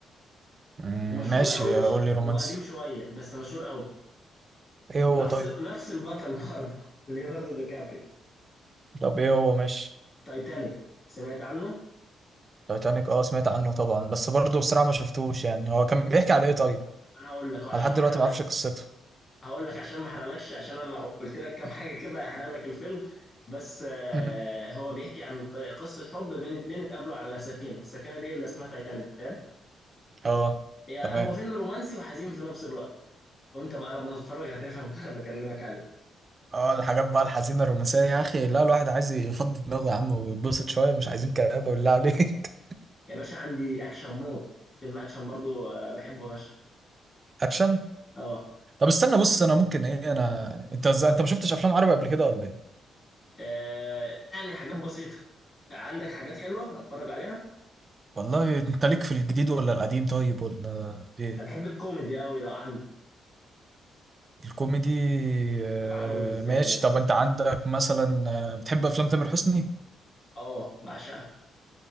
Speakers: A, on the right; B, on the left.
A: مم،
B: ومشهور
A: ماشي
B: قوي و-
A: قول لي رومانسي
B: وقديم شوية بس مشهور قوي
A: إيه هو
B: ونفس
A: طيب؟
B: نفس البطل برضه <laughs> ليوناردو دي كابريو
A: طب إيه هو ماشي؟
B: تايتانيك سمعت عنه
A: تايتانيك أه سمعت عنه طبعا بس برضه بصراحة ما شفتوش يعني هو كان بيحكي على إيه طيب؟
B: انا هقول لك عشان
A: أنا لحد
B: ما
A: دلوقتي
B: احرقلكش
A: ما أعرفش قصته
B: هقول لك عشان ما احرقلكش عشان انا لو قلت لك كام حاجه كده هيحرق لك الفيلم بس آه،
A: مم.
B: هو بيحكي عن ق- قصه حب بين اتنين اتقابلوا على سفينه السفينه دي اللي اسمها تايتانيك فاهم
A: أه
B: هي
A: تمام
B: هو فيلم رومانسي وحزين في نفس الوقت وانت بقى لما تتفرج هتفهم اللي انا بكلمك عليه
A: اه الحاجات بقى الحزينة الرومانسية يا أخي لا الواحد عايز يفضي دماغه يا عم ويتبسط شوية مش عايزين كآبة بالله عليك
B: يا باشا عندي اكشن موت فيلم اكشن برضو آه، بحبه فشخ
A: <laughs> أكشن
B: اه
A: طب استنى بص انا ممكن ايه انا انت ز... انت ما شفتش افلام عربي قبل كده ولا ايه
B: آه، يعني حاجات بسيطه عندك حاجات حلوه اتفرج عليها
A: والله انت ليك في الجديد ولا القديم طيب ولا ايه
B: انا بحب الكوميدي قوي لو عندك
A: الكوميدي آه،
B: بالعربي بالذات
A: ماشي
B: يعني
A: طب انت عندك مثلا آه، بتحب افلام تامر حسني
B: اه بعشقها